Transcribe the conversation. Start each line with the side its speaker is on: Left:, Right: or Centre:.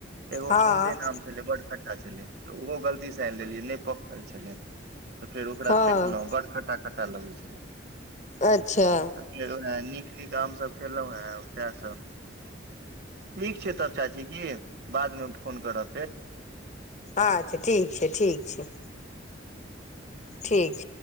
Right: एगो
Left: हँ
Right: कोन दे नाम छल ब छलै तऽ ओहो गलतीसँ आनिि लेलियै नहि पकड़ल छलै तऽ फेर ओकरा
Left: हँ
Right: फेकलहुँ बड़ खटटा खटटा लगै छल
Left: अच्छा
Right: तऽ फेर नीक ीक आमसभ खेलहुॅं हें सएह सब ठीक छै तब चाची की बादमे फोन करब फेर
Left: अच्छा ठीक छै ठीक छै ठीक